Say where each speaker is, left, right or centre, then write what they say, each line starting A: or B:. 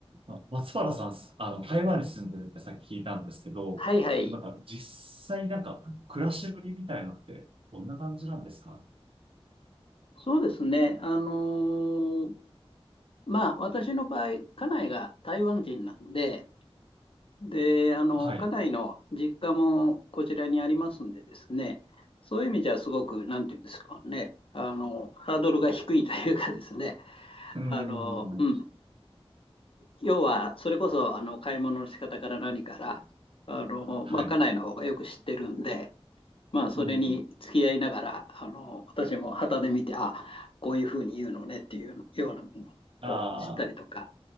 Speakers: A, on the right; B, on the left.
A: あ、松原さん、あの、台湾に住んでるってさっき聞いたんですけど、
B: はいはい。
A: ちょなんか実際なんか暮らしぶりみたいなのってどんな感じなんですか
B: そうですね。あのーまあ、私の場合、家内が台湾人なんで、で、あの、
A: はい。
B: 家内の実家もこちらにありますんでですね、そういう意味じゃすごく、なんていうんですかね、あの、ハードルが低いというかですね、
A: うーん。
B: あの、うん。要は、それこそ、あの、買い物の仕方から何から、あの、
A: はい。
B: まあ、家内の方がよく知ってるんで、まあ、それに付き合いながら、
A: うん。
B: あの、私も旗で見て、あ、こういうふうに言うのねっていうようなものをこう知ったりとか、
A: あ